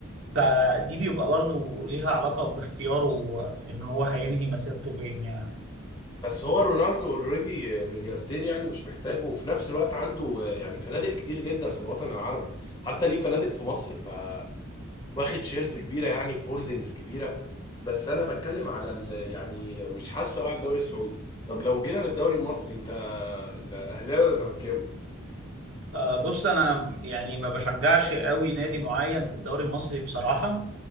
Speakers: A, on the right; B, on the left.
A: فدي بيبقى برضو ليها علاقة باختياره ان هو هينهي مسيرته فين يعني
B: بس هو رونالدو اوريدي ملياردير يعني مش محتاجه وفي نفس الوقت عنده يعني فنادق كتير جدا في الوطن العربي حتى ليه فنادق في مصر ف واخد شيرز كبيره يعني في هولدنجز كبيره بس انا بتكلم على ال... يعني مش حاسه قوي على الدوري السعودي طب لو جينا للدوري المصري انت اهلاوي ولا زملكاوي
A: آه، بص انا يعني ما بشجعش قوي نادي معين في الدوري المصري بصراحة